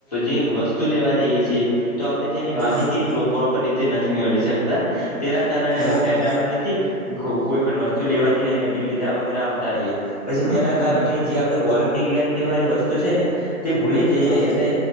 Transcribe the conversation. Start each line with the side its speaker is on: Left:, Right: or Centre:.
Left: જે વસ્તુ લેવા જઈએ છીએ તો આપડે તેની
Centre: હા
Left: માહિતી
Centre: હા
Left: પ્રોપર રીતે નથી મેળવી શકતા તેના કારણે
Centre: હા
Left: અમુક ટાઈમે આપણે નથી કોઈ પણ વસ્તુ લેવા જઈએ અને બિલ લીધા વગર આવતા રહીએ પછી તેના કારણે
Centre: હા
Left: જે આપણે વોરં ગેરંટી વાળી વસ્તુ છે ને તે ભૂલી જઈએ
Centre: હા હા
Left: એટલે